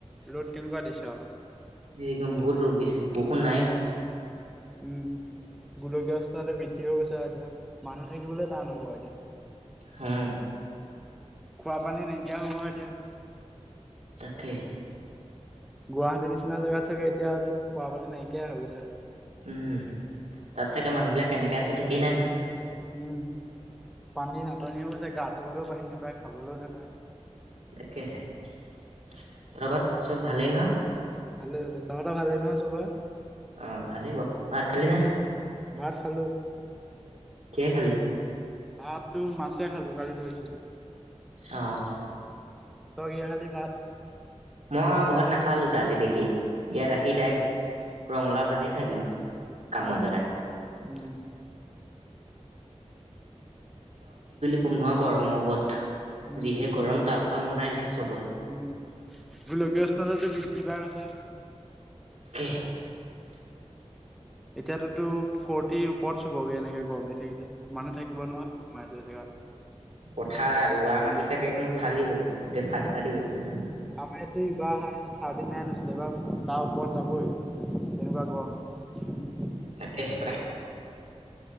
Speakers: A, in the centre; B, on the right.
A: ৰ'দ কেনেকুৱা দিছে আও।
B: এই অকণ বহুত ৰদ দিছে বৰষুণ নাই।
A: উম গোলকীয় উষ্ণতাটো বৃদ্ধি হৈ গৈছে। তো এতিয়া মানুহ থাকিবলৈ টান হ'ব এতিয়া।
B: হম
A: খোৱা পানী নাইকিয়া হ'ব এতিয়া।
B: তাকে।
A: গুৱাহাটীৰ নিচিনা জেগাত চাগে এতিয়া তোৰ খোৱ পানী নাইকীয়াই হৈ গৈছে।
B: উম তাত চাগে মানুহ বিলাক কেনেকে আছে ঠিকেই নাই নহয়।
A: উম পানী নাটনিও আছে গা ধুবলৈও পানী নাপায় খাবলৈও নোপায়।
B: তাকেহে তহতৰ ঘৰৰ চব ভালেই নহয়।
A: ভালেই ভালেই তহঁতৰ ভালে নহয় চবে
B: অহ ভালেক ভাত খালি নে।
A: ভাত খালো
B: কিহে খালি
A: ভাতটো মাছে খালো কালি। ধৰিছিলো।
B: অহ।
A: তই কিহে খালী ভাত।
B: মই ঘৰত নাখালো দালি দেখি ইয়াত আহি দাৰেক ৰঙালা ভাজি খাই দিলো কামৰ
A: অ
B: জেগাত।
A: উম
B: খুব নোহোৱা গৰমৰ ওপৰত
A: উম,
B: যিহে গৰম তাল ফাল মনাই দিছে চবই
A: উম গোলকীয় উষ্ণতা বৃদ্ধি পাই গৈছে
B: <unintelligible>
A: এতিয়াতো ফোৰ্টিৰ ওপৰত চুবগে এনেকে গৰম দি থাকিলে মানুহ থাকিব নহয়। এইতো জেগা।
B: পথাৰ ৰোৱা মাটি চাগে একম ফালি গ'ল। গোটেই ফাটি ফাটি গৈছে চাগে
A: আমাতে ইয়াতে ইবা থাৰ্টি নাইন হৈছে আ এইবাৰ তাৰ ওপৰত যাবই তেনেকুৱা ক। <unintelligible>
B: তাকে সেই পায়।